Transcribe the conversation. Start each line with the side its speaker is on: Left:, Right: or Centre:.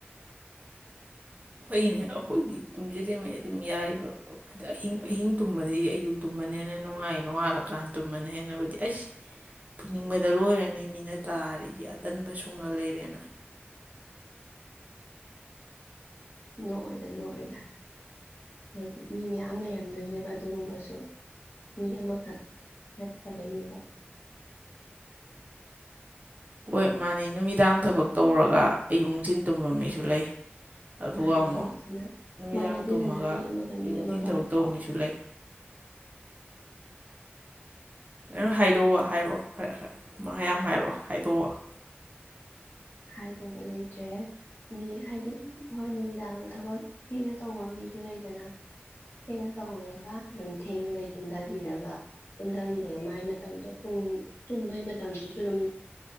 Right: ꯐꯩꯅꯦ ꯑꯩꯈꯣꯏꯗꯤ ꯇꯨꯝꯁꯤꯜꯂꯤꯉꯩ ꯑꯗꯨꯝ ꯌꯥꯔꯤꯕꯗꯤ ꯑꯍꯤꯡ ꯑꯍꯤꯡ ꯇꯨꯝꯕꯗꯒꯤꯩ ꯑꯌꯨꯛ ꯇꯨꯝꯕ ꯇꯨꯝꯅꯦ ꯍꯅ ꯅꯨꯡꯉꯥꯏ ꯅꯣꯡꯉꯥꯂꯀꯥꯟ ꯇꯨꯝꯃꯅ ꯍꯦꯟꯅꯕꯗꯤ ꯑꯩ ꯐꯨꯅꯤꯡꯕꯗ ꯂꯣꯏꯔꯅꯤ ꯃꯤꯅ ꯇꯥꯔꯤꯒꯤ ꯑꯇꯟꯕ ꯁꯨꯡꯉ ꯂꯩꯔꯦꯅ
Left: ꯅꯣꯏꯗ ꯅꯅꯨꯡꯣꯏꯗ ꯍꯥꯏꯗꯤ ꯃꯤ ꯃꯌꯥꯝ ꯂꯩꯔꯝꯗꯣꯏꯅꯦꯕ ꯑꯗꯨꯒꯨꯝꯕꯁꯨ ꯃꯤ ꯑꯃꯈꯛ ꯅꯠꯇꯕꯩꯅꯦꯕ
Right: ꯍꯣꯏ ꯃꯥꯅꯤ ꯅꯨꯃꯤꯗꯥꯡ ꯊꯕꯛ ꯇꯧꯔꯒ ꯑꯌꯛ ꯅꯨꯡꯊꯤꯟ ꯇꯨꯝꯕ ꯃꯤꯁꯨ ꯂꯩ ꯑꯗꯨꯒ
Left: ꯂꯩ
Right: ꯑꯃꯨꯛ
Left: ꯑꯗꯨꯅ
Right: ꯅꯨꯃꯤꯗꯥꯡ
Left: ꯃꯥꯟꯅꯗꯦꯗꯅ
Right: ꯇꯨꯝꯃꯒ
Left: ꯃꯤ ꯑꯃꯒ ꯃꯤ
Right: ꯑꯌꯨꯛ ꯅꯨꯡꯊꯤꯟ
Left: ꯑꯃꯒ
Right: ꯊꯕꯛ
Left: ꯑꯃꯝꯐꯥꯎ
Right: ꯇꯧꯕ ꯃꯤꯁꯨ ꯂꯩ ꯅꯪ ꯍꯥꯏꯗꯑꯣ ꯍꯥꯏꯔꯛꯑꯣ ꯐꯔꯦꯔꯦꯌꯥꯝ ꯍꯥꯏꯔꯛꯑꯣ ꯍꯥꯏꯗꯣꯛꯑꯣ
Left: ꯍꯥꯏꯗꯧꯕ ꯂꯩꯇ꯭ꯔꯦ ꯃꯤ ꯍꯥꯏꯗꯤ ꯍꯣꯏ ꯅꯨꯃꯤꯗꯥꯡꯗ ꯊꯕꯛ ꯊꯤꯅ ꯇꯧꯕ ꯃꯤꯁꯨ ꯂꯩꯗꯅ ꯊꯦꯡꯅ ꯇꯧꯔꯒ ꯑꯗꯨꯝ ꯊꯦꯡꯕꯗꯒꯤ ꯇꯨꯝꯊꯕꯤꯔꯒ ꯀꯨꯝꯊꯈꯤꯕꯒ ꯃꯥꯏ ꯃꯇꯝꯗꯣ ꯄꯨꯡ ꯇꯨꯝꯕꯒꯤ ꯃꯇꯝꯁꯤꯁꯨ ꯑꯗꯨꯝ